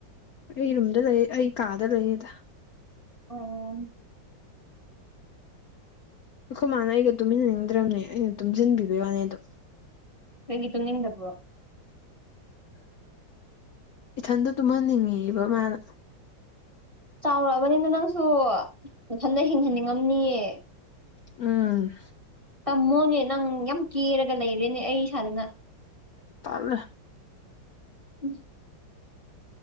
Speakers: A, on the left; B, on the right.
A: ꯑꯩ ꯔꯨꯝꯗ ꯂꯩ ꯑꯩ ꯀꯥꯗ ꯂꯩꯌꯦꯗ
B: ꯑꯣ
A: ꯑꯈꯣꯏ ꯃꯥꯅ ꯑꯩꯒ ꯇꯨꯝꯃꯤꯟꯅꯅꯤꯡꯗ꯭ꯔꯕꯅꯦ ꯑꯩꯅ ꯇꯨꯝꯁꯤꯟꯕꯤꯕꯩ ꯋꯥꯅꯤ ꯑꯗꯣ
B: ꯅꯪꯗꯤ ꯇꯨꯝꯅꯤꯡꯗꯕꯣ
A: ꯏꯊꯟꯗ ꯇꯨꯝꯍꯟꯅꯤꯡꯉꯤꯕ ꯃꯥꯅ
B: ꯆꯥꯎꯔꯛꯑꯕꯅꯤꯅ ꯅꯪꯁꯨ ꯅꯊꯟꯗ ꯍꯤꯡꯍꯟꯅꯤꯡꯉꯝꯅꯤꯌꯦ
A: ꯎꯝ
B: ꯇꯝꯃꯣꯅꯦ ꯅꯪ ꯌꯥꯝ ꯀꯦꯔꯒ ꯂꯩꯔꯦꯅꯦ ꯑꯩ ꯁꯥꯗꯅ
A: ꯇꯜꯂꯦ
B: ꯎꯝ